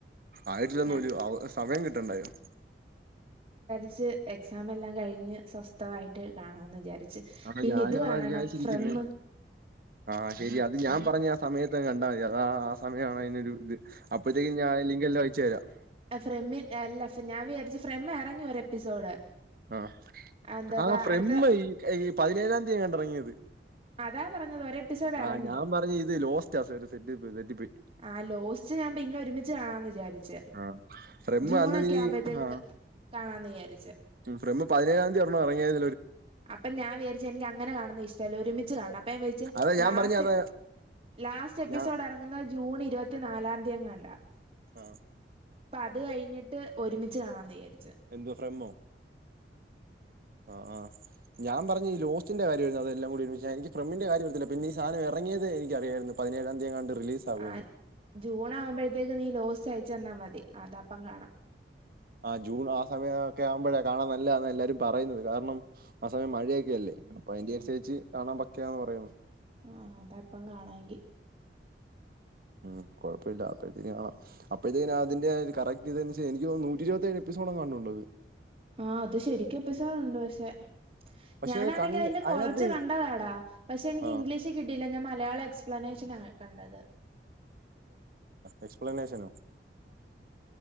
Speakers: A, on the right; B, on the right.
A: ആയിട്ടില്ലന്ന്
B: ഞാ
A: ഒരു സമയം കി <unintelligible>
B: കുറച്ച് എക്സാം എല്ലാം കഴിഞ്ഞു സ്വസ്ഥമായിട്ട് കാണാന്ന് വിചാരി
A: ആ
B: പിന്നെ
A: ഞാനും
B: ഇത് കാണണം
A: അതാ വിചാരിച്ചിരിക്കുന്നെ
B: ഫ്രെമ്മ്
A: ആ ശെരി അത് ഞാൻ പറഞ്ഞ ആ സമയത്ത് കണ്ടാൽ മതി അത് ആ സമയാണ് അതിനൊരു ഇത് അപ്പോഴത്തേക്ക്‌ ഞാൻ ലിങ്ക് എല്ലാം അയച്ച് തരാം
B: ഫ്രം അല്ല ഞാൻ വിചാരിച്ച് ഫ്രം എറങ്ങി ഒരു എപ്പിസോഡ്
A: ആ
B: എന്താവാ
A: ആ ഫ്രം
B: അടുത്ത
A: ഈ പതിനേഴാമ് <unintelligible> റങ്ങിയത്
B: അതാ പറഞ്ഞത് ഒരു എപ്പിസോഡ് ഇറങ്ങി
A: ആ ഞാൻ പറഞ് ഇത് ലോസ്റ്റ്‌ <unintelligible> തെറ്റി പോയി
B: ആ ലോസ്റ്റ്‌ ഞാൻ പിന്നെ ഒരുമിച്ച് ആന്ന് വിചാരി ച്ച്
A: ആ ഫ്രമ്മ്
B: ജൂൺ
A: അന്ന്
B: ഒക്കെ
A: നീ
B: ആവുമ്പോത്തേക്ക്
A: ആ
B: കാണാന്ന് വിചാരിച്
A: ഉം ഫ്രമ് പതിനേഴാം തിയതി ഒരു എണ്ണം ഇറങ്ങി ആയി
B: അപ്പൊ ഞാൻ വിചാരിച്ച് എനിക്ക് അങ്ങനെ കാണുന്നത് ഇഷ്ടല്ല ഒരുമിച്ച് ച്ച് കാണണം
A: അതാ ഞാൻ
B: ലാസ്റ്റ്
A: പറഞ്ഞ അതാ
B: എപ്പി ലാസ്റ്റ് എപ്പിസോഡ്
A: ഞാ
B: ഇറങ്ങുന്നത് ജൂൺ ഇരുപത്തിനാല്നാ <unintelligible>
A: ആ
B: അത് കഴിഞ്ഞിട്ട് ഒരുമിച്ച് കാണ്ണാംന്ന് വിചാരി
A: എന്തോ ഫ്രമോ ആ ആ ഞാൻ പറഞ്ഞെ ലോസ്റ്റിന്റെ കാര്യമായിരുന്നു അതെല്ലാം കൂടിന്ന് എനിക്ക് പ്രേംമിന്റെ കാര്യം ഓർത്തിട്ടാ ഈ സാധനം എറങ്ങിയത് എനിക്കറിയായിരുന്നു പതിനെഴാം തീയതി എങ്ങാണ്ട് റിലീസ് ആകുമെന്ന്
B: ആ ജൂൺ ആവുമ്പോഴത്തേക്ക് നീ ലോസ്റ്റ് അയച്ചു തന്നാൽ മത <unintelligible> പ്പം കാണാം
A: ആ ജൂൺ ആ സമയം ഒക്കെ ആവുമ്പോഴാ കാണാൻ നല്ലതാന്ന് എല്ലാരും പറയുന്നത് കാരണം ആ സമയം മഴയൊക്കെ അല്ലേ അപ്പൊ അതിന് അനുസരിച്ച് കാണാൻ പക്കെയാന്ന് പറയുന്നത്
B: ആ അത് അപ്പം കാണാങ്കി
A: ഉം കുഴപ്പല്ല അപ്പോഴത്തേക്ക് കാണാം അപ്പോഴത്തേക്ക് അതിന്റെ കറക്റ്റ് ഇതനുസ എനിക്ക് തോന്നുന്നു നൂറ്റി ഇരുപത്തേഴ് എപ്പിസോടെങ്ങാനുണ്ട്
B: ആ അത് ശരികും എപ്പിസോഡുണ്ട് പക്ഷെ
A: പക്ഷെ
B: ഞാനാണെങ്കി
A: അത് കണ്ട്
B: അതിന്റെ കൊറച്ച്
A: അതിനകത്ത്
B: കണ്ടതാടാ പക്ഷെ എനിക്ക്
A: ആഹ്
B: ഇംഗ്ലീഷ് കിട്ടില്ല ഞാൻ മലയാളം എക്സ്പ്ലനേഷനാ കണ്ടത്
A: എക്സ്പ്ലനെഷനോ